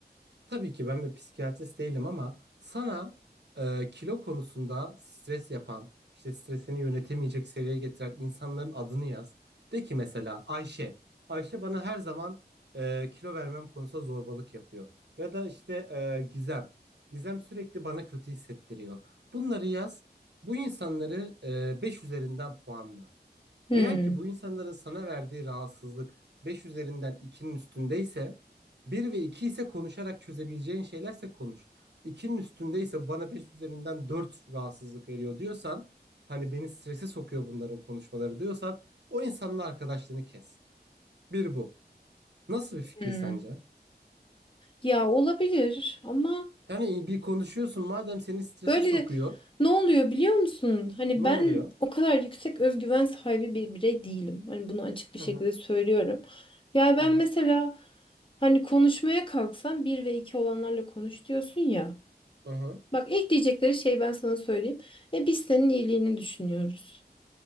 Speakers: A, on the right; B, on the left.
A: Tabii ki ben bir psikiyatrist değilim ama sana e, kilo konusunda stres yapan, işte stresini yönetemeyecek seviyeye getiren insanların adını yaz. De ki mesela Ayşe. Ayşe bana her zaman e, kilo vermem konusunda zorbalık yapıyor. Ya da işte e, Gizem. Gizem sürekli bana kötü hissettiriyor. Bunları yaz. Bu insanları e, 5 üzerinden puanla.
B: Hmm.
A: Eğer ki bu insanların sana verdiği rahatsızlık 5 üzerinden 2'nin üstündeyse bir ve 2 ise konuşarak çözebileceğin şeylerse konuş. 2'nin üstündeyse bana 5 üzerinden 4 rahatsızlık veriyor diyorsan hani beni strese sokuyor bunların konuşmaları diyorsan o insanın arkadaşlığını kes. Bir bu. Nasıl bir fikir
B: Hmm.
A: sence?
B: Ya olabilir ama
A: Yani bir konuşuyorsun madem seni strese
B: böyle
A: sokuyor
B: ne oluyor biliyor musun? Hani
A: ne
B: ben
A: oluyor?
B: o kadar yüksek özgüven sahibi bir birey değilim. Hani bunu açık bir şekilde
A: Hı hı
B: söylüyorum. Ya ben
A: hı hı.
B: mesela hani konuşmaya kalksam bir ve iki olanlarla konuş diyorsun ya.
A: hı hı.
B: Bak ilk diyecekleri şey ben sana söyleyeyim. E biz senin iyiliğini düşünüyoruz.